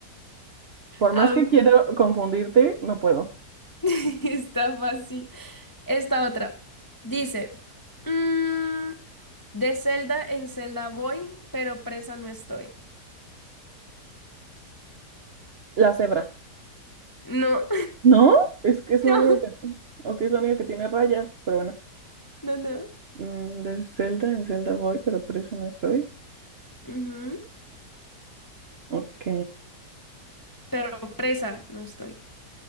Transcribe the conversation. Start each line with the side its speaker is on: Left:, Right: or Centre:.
Right: por más
Left: A
Right: que
Left: ver,
Right: quiero confundirte, no puedo.
Left: <laughs> está fácil. Esta otra. Dice, mm, de celda en celda voy, pero presa no estoy.
Right: La cebra.
Left: No,
Right: ¿No? Es
Left: <laughs>
Right: que es la
Left: no,
Right: única que, ok, es la única que tiene rayas, pero bueno.
Left: no, no.
Right: Mm, De Zelda en Zelda voy, pero por eso no estoy.
Left: Ujú.
Right: Ok,
Left: Pero presa no estoy.